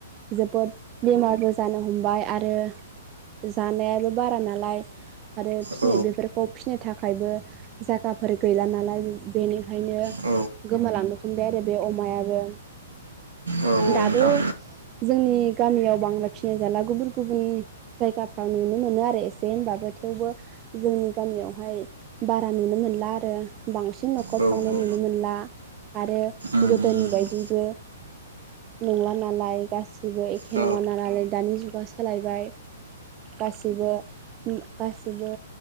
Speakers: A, on the right; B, on the right.
A: जोबोद बेमारबो जानो हमबाय आरो जानायाबो बारा नालाय आरो फि
B: औ
A: बेफोरखौ फिसिनो थाखायबो जायगाफोर गैला नालाय बेनिखायनो
B: औ
A: गोमालांनो हमबाय आरो बे अमायाबो।
B: औ नोंथां
A: दाबो जोंनि गामियाव बांला फिसिनाय जाला गुबुन गुबुन जायगाफ्राव नुनो मोनो आरो एसे होनबाबो थेवबो जोंनि गामियावहाय बारा नुनो मोनला आरो बांसिन न'खरफ्रावनो
B: औ औ
A: नुनो मोनला। आरो
B: नोंथां
A: गोदोनि बायदिबो नङा नालाय गासिबो एखे
B: औ
A: नङा नालालाय दानि जुगा सोलायबाय। खासिबो खासिबो